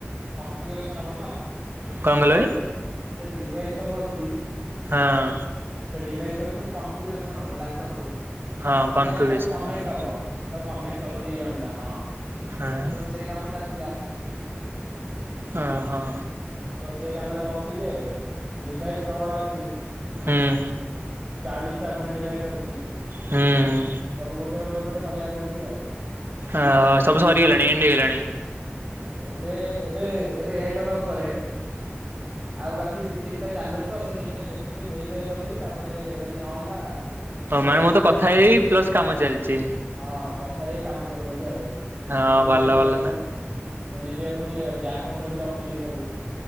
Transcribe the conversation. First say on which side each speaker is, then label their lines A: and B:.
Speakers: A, on the right (about 25°); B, on the right (about 55°).
A: କନଫ୍ୟୁଗୁରେନେସ, ହେବ ତ।
B: କଣ କହିଲ ଭାଇ
A: ସେ ଡିଭାଇସ୍ ସବୁ ଅଛି।
B: ହଁ
A: ସେ ଡିଭାଇସ୍ ରା ସବୁ କନଫ୍ୟୁଗୁରେସନ ହବ ଲାପଟପ ରୁ।
B: ହଁ କନଫିଗରେସନ୍
A: ମାନେ ତାକୁ କନେକ୍ଟ
B: ହଁ।
A: ହବ ।ତାକୁ କନେକ୍ଟ ହବ ଦିଜଣ୍ଡା। ହଁ,
B: ହଁ
A: ତୋ ସେ କାମ ଚାଲିଥିଲା।
B: ଅ ହ।
A: ତ ସେଇ କାମରେ ବସିଚି ଯେ ଡିଭାଇସ୍ ପ୍ରବଳ ଅଛି।
B: ହୁଁ
A: ଚାଳିଶି ଚା ଖଣ୍ଡେ ଡିଭାଇସ୍ ଅଛି। ସବୁ
B: ହୁଁ।
A: ଗୋଟେ, ଗୋଟେ, ଗୋଟେ, ଗୋଟେ କରିବାକୁ ପଡୁଛି ଆଉ।
B: ଆ ସବୁ ସାରି ଗଲାଣି ।ଏଣ୍ଡ୍ ହେଇଗଲାଣି।
A: ଏବେ ଏବେ ଏବେ ଏଣ୍ଡ ହବା ଉପରେ। ଆଉ ବାକି ଦି ତିନିଟା ଚାଲନ୍ତ ସେ ତିନିଟା ଦେଖି ଦେବୀ ଭେରିଫାଇ କରିଦେବି। ତାପରେ ଯଦି ନହେଲା
B: ହଁ
A: ଇଏ
B: ମାନେ
A: କରିଦେବି
B: ମୁଁ ତ କଥା
A: ଆଉ ମାନେ,
B: ହେଇ ପ୍ଲସ କାମ ଚାଲିଛି
A: ହଁ ପ ଥାଇ କାମ ଚଲଉଛି ଆଉ ।ନହେଲେ
B: ହଁ
A: ପୁଣି
B: ଭଲ
A: ମୁଁ
B: ଭଲ
A: ଏବେ
B: ନା
A: ପୁଣି, ମୁଁ ଯିବି ବ୍ୟାକ ପତ୍ର ବି ରଖିବି ସବୁ।